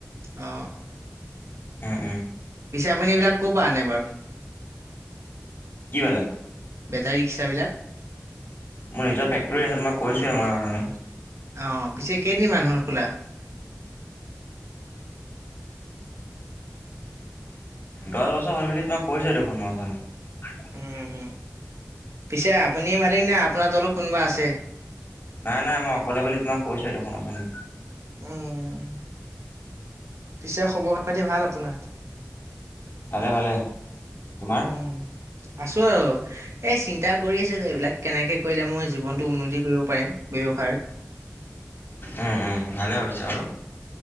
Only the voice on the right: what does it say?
অ
পিছে আপুনি এইবিলাক কৰপৰা আনে বাৰু।
বেটাৰী ৰিক্সাবিলাক
অ' পিছে কেইদিনমান হ'ল খোলা।
উম, পিছে আপুনি মালিক নে, আপোনাৰ তলত কোনবা আছে।
উম, পিছে খবৰ খাতি ভাল আপোনাৰ।
উম আছো আৰু এই চিন্তা কৰি আছিলো। এইবিলাক কেনেকে কৰিলে মই জীৱনতটো উন্নতি কৰিব পাৰিম। ব্যৱসায়ত